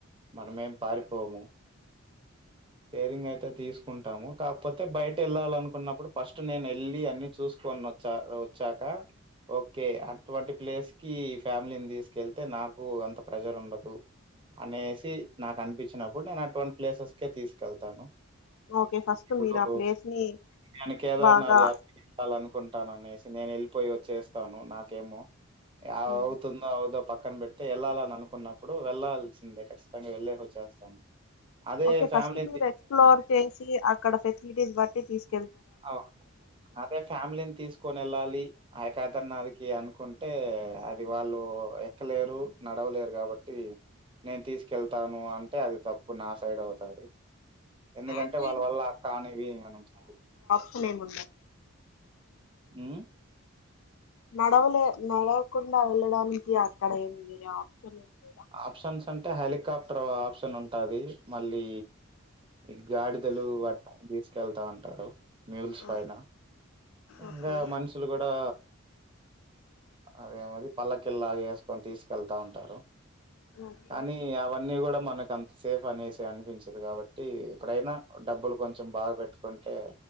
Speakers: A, on the right; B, on the left.
A: మనమేమి పారిపోము కేరింగ్ అయితే తీసుకుంటాము కాకపోతే బయట వెళ్ళాలనుకున్నప్పుడు ఫస్ట్ నేను వెళ్ళి అన్ని చూసు కొన్ వచ్చా వచ్చాక ఓకే అటువంటి ప్లేస్ కి ఫ్యామిలీని తీసుకెళ్తే నాకు అంత ప్రజర్ ఉండదు అనేసి నాకు అనిపించినప్పుడు నేను ఆ ట్వంటీ ప్లేసెస్ కే తీసుకెళ్తాను
B: ఓకే ఫస్ట్
A: ఇప్పుడు
B: మీరు ఆ ప్లేస్ ని
A: నేను కేదారు
B: బాగా
A: నాద్ యాత్ర ఎక్కాలి అనుకుంటాను అనేసి నేను వె పోయి వచ్చేస్తాను నాకేమో అవుతుందో
B: ఉమ్,
A: అవుదో పక్క పక్కన పెడితే వెళ్ళాలని అనుకున్నప్పుడు వెళ్లాాల్సిందే ఖచ్చితంగా వెళ్లేే వచ్చేస్తాను అదే
B: ఓకే
A: ఫ్యామలీ
B: ఫస్ట్ ఎక్స్ప్లోర్ చేసి అక్కడ ఫెసిలిటీస్ బట్టి తీసుకు
A: అవు అదే ఫ్యామిలీని తీసుకొని వెళ్ళాలి ఆ కేదార్ నాథ్కీ అను అనుకుంటే అది వాళ్ళు ఎక్కలేరు నడవలేరు కాబట్టి నేను తీసుకెళ్తాను అంటే అది తప్పు నా సైడ్ అవుతుంది ఎందుకంటే
B: అంటే
A: వాళ్ళ వల్ల కానివి మనం చ
B: హ్మ్మ్
A: హ్మ్మ్
B: నడవలే నడవకుండా వెళ్ళడానికి అక్కడ ఏమన్న ఆప్షన్ లేదా
A: ఆప్షన్స్ అంటే హెలికాప్టర్ ఆప్షన్ ఉంటుంది మళ్ళీ ఈ గాడిదలు వట్ట తీసుకెళ్తా ఉంటారు మ్యూల్స్
B: ఓ-
A: పైన
B: ఓకే
A: ఇంకా మనుషులు కూడా అదేమది పల్లకిల్లాగా వేసుకొని తీసుకెళ్తా ఉంటారు
B: ఓకే
A: కానీ అవన్నీ కూడా మనకు ఎంత సేఫ్ అనేసి అనిపించదు కాబట్టి ఎక్కడైనా డబ్బులు కొంచెం బాగా పెట్టుకుంటే